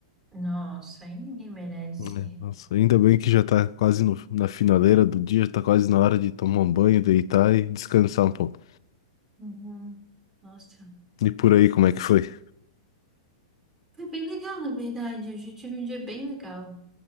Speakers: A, on the right (about 15°); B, on the left (about 65°).
A: nossa, aí ninguém merece.
B: É, nossa, ainda bem que já tá quase no- na finaleira do dia, tá quase na hora de tomar um banho, deitar e descansar um pouco.
A: Uhum, nossa,
B: E por aí, como é que foi?
A: foi bem legal, na verdade, hoje eu tive um dia bem legal.